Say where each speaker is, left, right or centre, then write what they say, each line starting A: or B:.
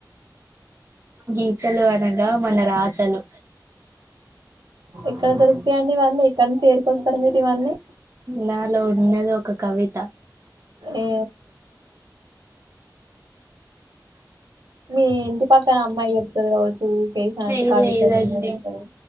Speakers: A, on the right; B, on the right.
A: గీతలు అద దా మన రాతలు
B: ఎక్కడ దొరుకుతాయండి ఇవన్నీ ఎక్కడ నుంచి ఏరుకొస్తారు మీరు ఇవన్నీ
A: నాలో ఉన్నది ఒక కవిత
B: ఏ మీ ఇంటి పక్కన అమ్మాయి చెప్తది కావచ్చు ఊకే ఇట్లాంటి
A: ఏం
B: కవితలు
A: చేయడండి
B: మీరిద్దరు